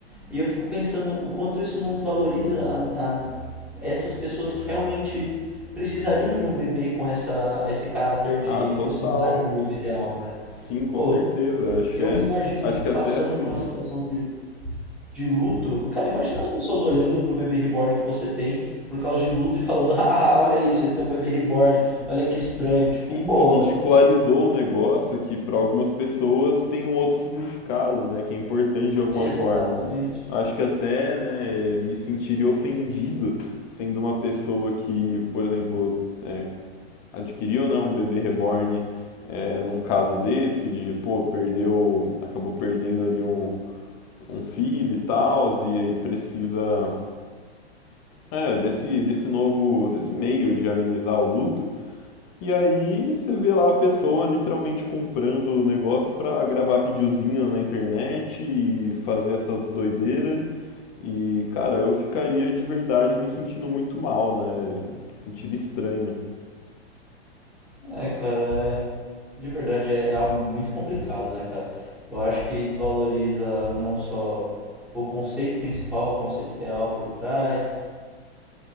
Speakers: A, in the centre; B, on the left.
A: E eu fico pensando o quanto isso não desvaloriza a- a- essas pessoas que realmente precisariam de um bebê com essa, esse caráter
B: Ah,
A: de
B: total.
A: proximidade de um bebê real, né?
B: Sim, com
A: Pô,
B: certeza. Acho,
A: eu
B: é-
A: me imagino
B: acho que até
A: passando
B: assim,
A: por uma situação de, de luto. Cara, imagina as pessoas olhando pro bebê reborn que você tem por causa de luto e falando: <laughs> haha, olha isso, ele tem um bebê reborn, olha que estranho. Tipo,
B: sim,
A: pô,
B: ridicularizou
A: é,
B: o negócio que para algumas pessoas tem um outro significado, né? Que é importante de alguma
A: é, exatamente.
B: forma. Acho que até, né, me sentiria ofendido sendo uma pessoa que, por exemplo, é, adquiriu, né, um bebê reborn, é, num caso desse, de, pô, perdeu, acabou perdendo ali um um filho e tal, e aí precisa é, desse, desse novo, desse meio de amenizar o luto. E aí você vê lá a pessoa literalmente comprando o negócio pra gravar videozinho na internet e fazer essas doideiras. E, cara, eu ficaria de verdade me sentindo muito mal, né? Sentiria estranho.
A: É, cara, é- de verdade é, é algo muito complicado, né, cara? Eu acho que desvaloriza não só o conceito principal, o conceito real por trás.